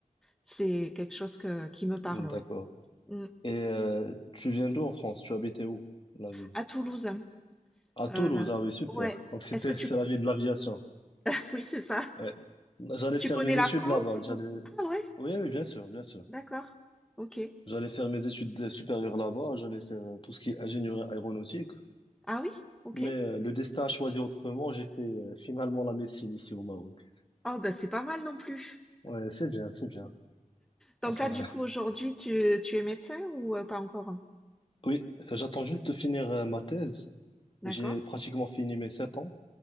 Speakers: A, in the centre; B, on the left.
A: c'est quelque chose que- qui me parle,
B: d'accord.
A: ouais. Mm.
B: Et euh, tu viens d'où en France? Tu habitais où, la ville?
A: À Toulouse,
B: À Toulouse,
A: euh,
B: ah oui, super.
A: ouais.
B: Donc c'était
A: Est-ce que tu...
B: c'est la ville de l'aviation.
A: <laughs> Oui, c'est ça.
B: Ouais. J'allais
A: Tu
B: faire
A: connais
B: mes
A: la
B: études
A: France
B: là-bas. J'allais.
A: ou? Ah ouais,
B: Oui, oui, bien sûr, bien sûr.
A: d'accord. OK.
B: J'allais faire mes études euh, supérieures là-bas. J'allais faire euh, tout ce qui est ingénierie aéronautique.
A: Ah oui? OK.
B: Mais euh, le destin a choisi autrement. J'ai fait euh, finalement la médecine ici au Maroc.
A: Oh bah c'est pas mal non plus.
B: Ouais, c'est bien, c'est bien.
A: Donc
B: Enfin,
A: là du
B: <laughs>
A: coup aujourd'hui tu, tu es médecin ou euh, pas encore?
B: oui, j'attends juste de finir euh, ma thèse.
A: D'accord.
B: J'ai pratiquement fini mes sept ans.